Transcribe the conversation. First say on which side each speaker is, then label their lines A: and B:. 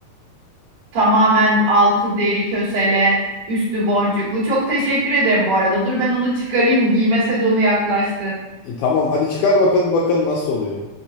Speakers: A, on the right; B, on the left.
A: Tamamen altı deri kösele, üstü boncuklu. Çok teşekkür ederim bu arada. Dur ben onu çıkarayım. Giyme sezonu yaklaştı.
B: E, tamam hadi çıkar bakalım bakalım nasıl oluyor.